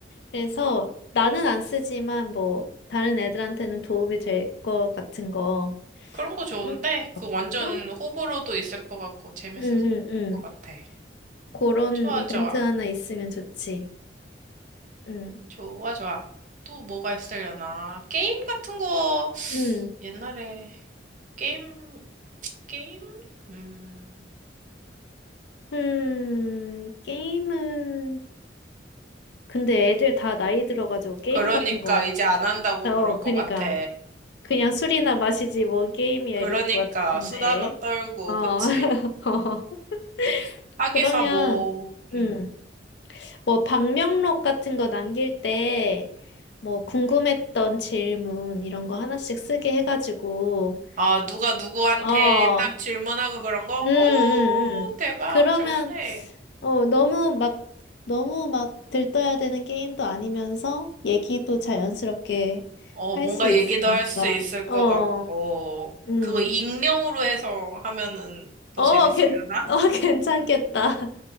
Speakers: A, on the left (about 70°); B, on the right (about 45°).
A: 그래서 나는 안 쓰지만 뭐 다른 애들한테는 도움이 될 것 같은 거
B: 그런 거 좋은데
A: 그런 거.
B: 그 완전
A: 그런
B: 호불호도 있을 것 같고 재밌을
A: 응, 응, 응.
B: 것 같아.
A: 그런
B: 좋아
A: 이벤트
B: 좋아
A: 하나 있으면 좋지. 응,
B: 좋아 좋아. 또 뭐가 있으려나? 게임 같은 거
A: 응.
B: 옛날에 게임 게임? 음
A: 음, 게임은 근데 애들 다 나이 들어가지고 게임
B: 그러니까
A: 같은 거.
B: 이제 안 한다고
A: 어,
B: 그럴 것
A: 그니까
B: 같아.
A: 그냥 술이나 마시지 뭔 게임이야
B: 그러니까
A: 이럴 것 같은데.
B: 수다나 떨고
A: 어.
B: 그치?
A: <laughs>
B: 하기사
A: 그러면
B: 뭐 음.
A: 응. 뭐 방명록 같은 거 남길 때 뭐 궁금했던 질문 이런 거 하나씩 쓰게 해가지고
B: 아, 누가 누구한테
A: 어,
B: 딱 질문하고 그런 거?
A: 음,
B: 오,
A: 음, 음.
B: 대박,
A: 그러면
B: 좋은데.
A: 어 너무 막 너무 막 들떠야 되는 게임도 아니면서 얘기도 자연스럽게
B: 어,
A: 할
B: 뭔가
A: 수 있으니까
B: 얘기도 할 수 있을 것
A: 어,
B: 같고,
A: 음,
B: 그거 익명으로 해서 하면은 더
A: 어,
B: 재밌으려나?
A: 괜, 어, <laughs> 괜찮겠다.